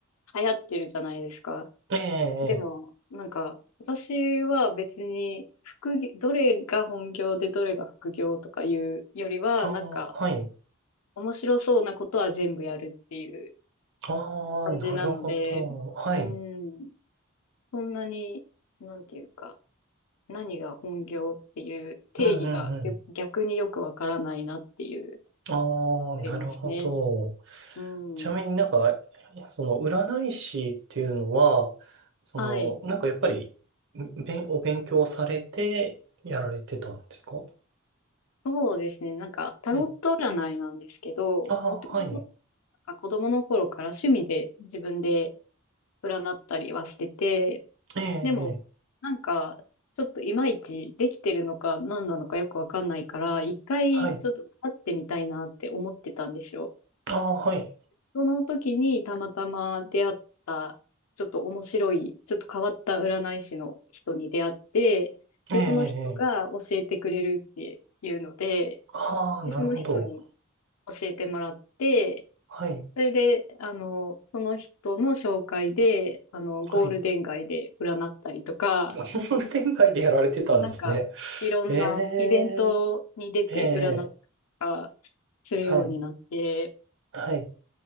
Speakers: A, on the left; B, on the right.
A: 流行ってるじゃないですか。
B: ええ、ええ
A: でも、なんか、私は別に、副業、どれが本業でどれが副業とかいうよりは、
B: ああ、
A: なんか、
B: はい。
A: 面白そうなことは全部やるっていう
B: ああ、
A: 感じなので、
B: なるほど。はい。
A: うん、そんなに、なんていうか、何が本業っていう定義がよ逆によくわからないなっていう、
B: うんうんうん。ああ、
A: ありますね。
B: なるほど。
A: うん。
B: ちなみになんか、その占い師っていうのは、その、
A: はい。
B: なんかやっぱり、べんお勉強されてやられてたんですか
A: そうですね。なんか、タロット占いなんですけど、
B: はいああー、
A: もとも
B: はい。
A: なんか子供の頃から趣味で自分で占ったりはしてて、
B: ええ、ええ、
A: でも、なんか、ちょっといまいちできてるのか何なのかよくわかんないから、一回ちょっと会ってみたいなって思ってたんですよ。
B: はい。ああ、はい。
A: その時にたまたま出会った、ちょっと面白い、ちょっと変わった占い師の人に出会って、
B: ええ、
A: で、
B: ええ。
A: その人が教えてくれるっていうので、
B: ああ、なるほど。
A: で、その人に教えてもらって、
B: はい、
A: それで、あの、その人の紹介で、あの、ゴールデン街で占ったりとか、
B: はい。あホール展開でやられてたんですね。
A: なんか、いろんなイベントに出て占ったりとか
B: ええ、ええ、
A: するようになって、
B: はい、はい。